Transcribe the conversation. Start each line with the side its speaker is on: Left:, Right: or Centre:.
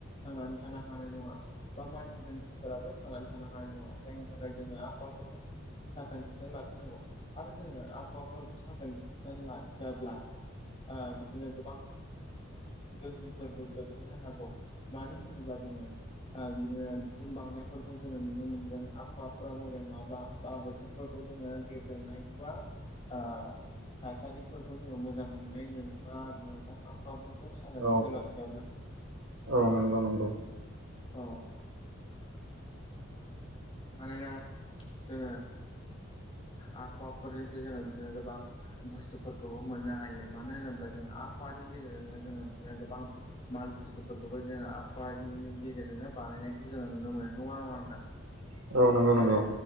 Left: थांनानै थानो हानाय नङा बा मानसि दानसिफोराबो थांनानै थानो हानाय नङा जायनि थाखाय जोङो आबहावाफोरखौ साखोन सिखोन लाखिनांगौ आरो जोङो आबहावाफोरखौ साखोन सिखोन लाखियाब्ला ओ बिदिनो गोबां गोहोमफोरबो गोग्लैनो हागौ मानो होनोब्ला जोङो आ बिदिनो बिदुं बांनायफोरखौ जोङो नुनो मोनगोन आबहावाफोरा मोजां नङाब्ला बा बो थोरफोरखौ जोङो गेब्रेनायबा ओ थासारिफोरखौ जोङो मोजां मोननाय नङा आरो ना नोंथां आबहावाफोरखौ साखोन
Right: औ
Left: सिखोन लाखियाब्ला
Right: औ नंगौ नंगौ
Left: औ मानोना जोङो आबहावाफोरजोंसो जोङो बिदिनो गोबां बुस्थुफोरखौबो मोननो हायो मानो होनोब्ला जों आबहावानि गेजेरजोंनो जोङो बिदिनो गोबां माल बुस्थुफोरखौबो जोङो आबहावानि गेजेरजोंनो बानायनायखौ जोङो नुनो मोनो नंगौना नङा नोंथां।
Right: <inaudible>
Left: जेरै
Right: नंगौ